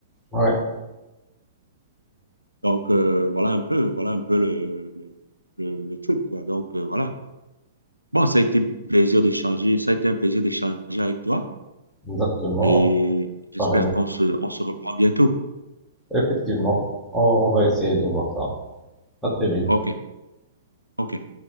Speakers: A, in the centre; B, on the left (about 85°).
A: Ouais,
B: Donc euh, voilà un peu, voilà un peu le, le, le- le truc, quoi. Donc euh, voilà. Bon, ça a été un plaisir d'échanger, ça a été un plaisir d'échanger avec toi
A: exactement,
B: et j'espère
A: apparemment.
B: qu'on se, on se reprend bientôt.
A: Effectivement, on on va essayer de voir ça. À très vite.
B: OK, OK.